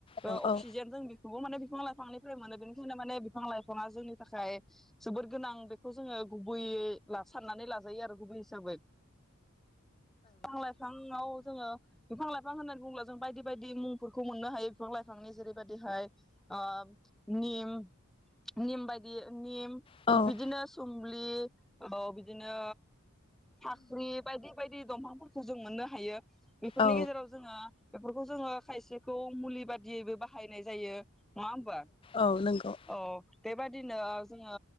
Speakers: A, in the centre; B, on the left.
A: ओ
B: औ
A: अक्सिजेन
B: औ
A: जों बिखौबो माने बिफां लाइफांनि फ्राय मोनो बेनिखायनो माने बिफां-लाइफाङा जोंनि थाखाय जोबोद गोनां बेखौ जोङो गुबैयै ला साननानै लाजायो आरो गुबै हिसाबै। फां-लाइफांआव जोङो बिफां-लाइफां होननानै बुंब्ला जों बायदि-बायदि मुं फोरखौ मोननो हायो बिफां-लाइफानि जेरैबादि हाय ओ निम निम बायदि निम
B: औ
A: बिदिनो सुमब्लि औ बिदिनो फाख्रि बायदि बाय बि दंफांफोरखौ जों मोननो हायो। बेफोरनि
B: औ
A: गेजेराव जोङो बेफोरखौ जोङो खायसेखौ मुलि बादियैबो बाहायनाय जायो। नङा होमबा
B: औ नंगौ
A: औ बेबा दिनो जोङो